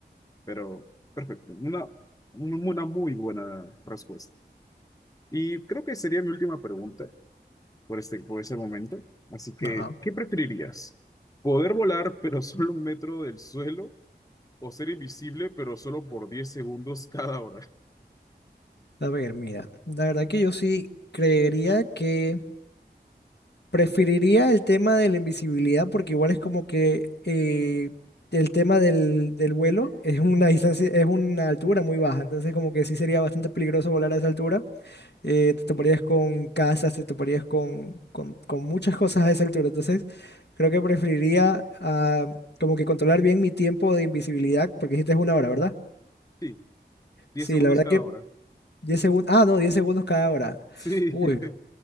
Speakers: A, on the left; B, on the left.
A: pero perfecto, una, una muy buena respuesta. Y creo que sería mi última pregunta. por este, por ese momento. Así que,
B: Ajá.
A: ¿qué preferirías? ¿Poder volar pero solo un metro del suelo o ser invisible pero solo por 10 segundos cada hora? <laughs>
B: A ver, mira, la verdad que yo sí creería que preferiría el tema de la invisibilidad porque igual es como que eh, el tema del, del vuelo es una distancia, es una altura muy baja, entonces como que sí sería bastante peligroso volar a esa altura. eh, te toparías con casas, te toparías con, con, con muchas cosas a esa altura, entonces creo que preferiría ah, como que controlar bien mi tiempo de invisibilidad porque dijiste es una hora, ¿verdad?
A: Sí, 10
B: Sí,
A: segundos
B: la verdad
A: cada
B: que
A: hora.
B: 10 segundos. Ah, no, 10 segundos cada hora.
A: Sí,
B: Uy.
A: <laughs>